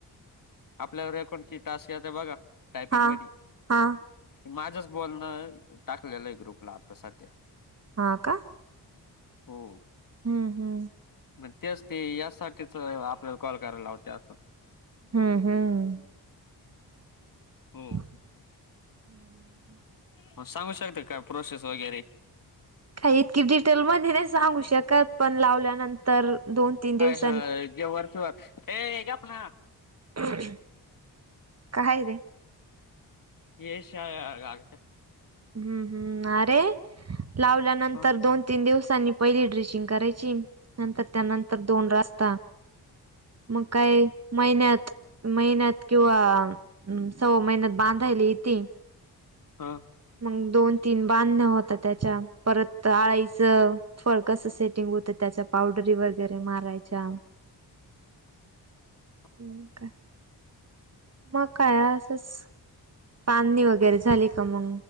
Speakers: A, on the left; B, on the right.
A: आपल्या रेकॉर्डची टास्क येते बघा टायपिंग
B: हा
A: मध्ये
B: हा
A: माझंच बोलणं टाकलेलं आहे, ग्रुपला आता साध्या.
B: हां का?
A: हो.
B: हम्म हम्म.
A: मग तेच ते यासाठीच तर आपल्याला कॉल करायला लावतात.
B: हम् हम्.
A: हो
B: हम्म
A: मग सांगू शकता का प्रोसेस वगैरे
B: काही इतकी डिटेल मध्ये नाही सांगू शकत, पण लावल्यानंतर दोन तीन दिवस
A: आ जेवायचं आता ए गप ना
B: हम काय रे
A: एशिगत <unintelligible>
B: हम्म हम्म अरे लावल्यानंतर
A: ह
B: दोन तीन दिवसांनी पहिली ड्रिचिंग करायची. नंतर त्यानंतर दोन रास्ता मग काय महिन्यात महिन्यात किंवा हम्म सव्वा महिन्यात बांधायला येते.
A: हां
B: मग दोन तीन बांधण होत त्याच्या परत आळीच फळ कसं सेटिंग होतं त्याच्यावर पावडरी वगैरे मारायच्या
A: <unintelligible>
B: हम् का मग काय असच, पाहनी वगैरे झाली का मग